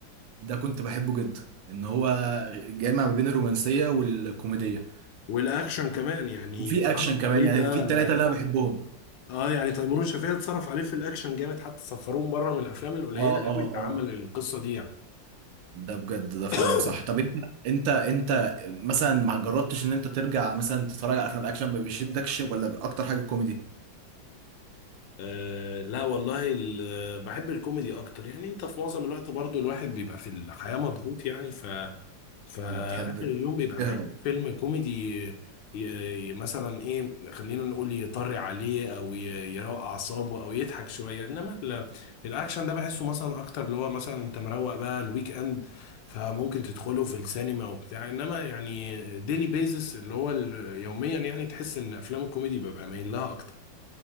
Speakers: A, on the right; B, on the left.
A: ده كنت بحبه جدا ان هو جامع ما بين الرومانسيه والكوميديه
B: والاكشن كمان يعني
A: وفي
B: اتصرف
A: اكشن كمان
B: عليه
A: يعني
B: ده
A: في ثلاثه اللي انا بحبهم
B: اه يعني تيمور وشفيقة اتصرف عليه في الاكشن جامد حتى سفروه بره من الافلام القليله
A: اه
B: قوي
A: اه
B: اللي
A: اه
B: عمل القصه دي يعني
A: ده بجد ده فعلا
B: <coughs>
A: صح طب انت انت انت مثلا ما جربتش ان انت ترجع مثلا تتفرج على افلام اكشن ما بيشدكش ولا اكتر حاجه كوميدي
B: آه لا والله ال- بحب الكوميدي اكتر يعني انت في معظم الوقت برضو الواحد بيبقى في الحياه مضغوط يعني ف فاخر
A: ولا بتحب
B: اليوم بيبقى
A: تهرب
B: محتاج فيلم كوميدي ي... ي... مثلا ايه خلينا نقول يطري عليه او ي... يروق اعصابه او يضحك شويه انما ال... الاكشن ده بحسه مثلا اكتر اللي هو مثلا انت مروق بقى الويك اند فممكن تدخله في السينما وبتاع انما يعني ديلي بيزس اللي هو ال- يوميا يعني تحس ان افلام الكوميدي ببقى مايل لها اكتر